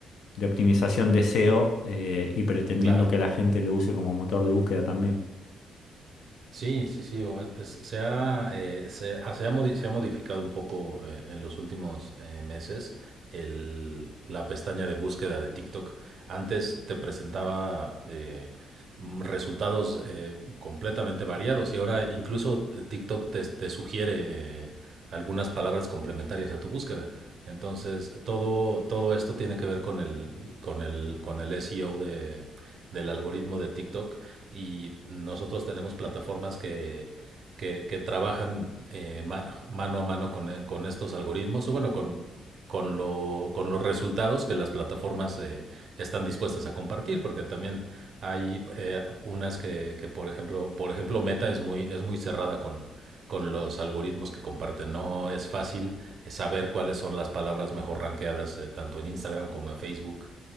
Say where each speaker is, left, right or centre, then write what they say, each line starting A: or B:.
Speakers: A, on the left (about 75°); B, on the right (about 55°).
A: de optimización de SEO eh, y pretendiendo
B: claro,
A: que la gente lo use como motor de búsqueda también.
B: Sí, sí, sí. o- es- Se ha, eh, se, ha, se ha modi- se ha modificado un poco eh, en los últimos eh, meses el- la pestaña de búsqueda de TikTok. Antes te presentaba eh, mm, resultados eh, completamente variados y ahora incluso eh, TikTok te, te sugiere eh, algunas palabras complementarias a tu búsqueda. Entonces, todo, todo esto tiene que ver con el, con el, con el SEO de, del algoritmo de TikTok y nosotros tenemos plataformas que, que, que trabajan eh, ma- mano a mano con, con estos algoritmos o bueno, con, con, lo- con los resultados que las plataformas eh, están dispuestas a compartir, porque también hay eh, unas que, que, por ejemplo, por ejemplo, Meta es muy, es muy cerrada con, con los algoritmos que comparten. No es fácil saber cuáles son las palabras mejor rankeadas eh, tanto en Instagram como en Facebook